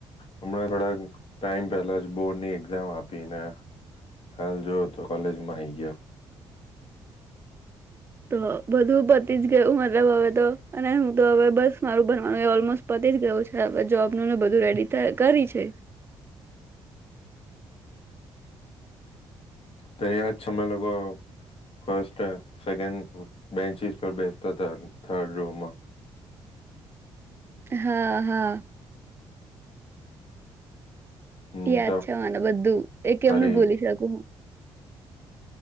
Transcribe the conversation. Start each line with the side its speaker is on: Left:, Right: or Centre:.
Left: હમણાં થોડા ટાઈમ પહેલા જ બોર્ડ ની એક્ઝામ આપીને હાલ જોવ તો કોલેજમાં આઈ ગયા.
Right: તો બધું પતી જ ગયું મતલબ હવે તો અને હું તો હવે બસ મારું બનવાનું ઓલમોસ્ટ પતી જ ગયું છે હવે જોબનું ને બધું રેડી કરી છે.
Left: તને યાદ છ અમમે લોકો ફસ્ટ. તો સેગન. બેન્ચિસ પર બેસતા હતા થર્ડ રૂમમાં.
Right: હા હા.
Left: હમ
Right: યાદ છે મને બધું એક
Left: તમારી
Right: એમનું ભોલી શકું હું.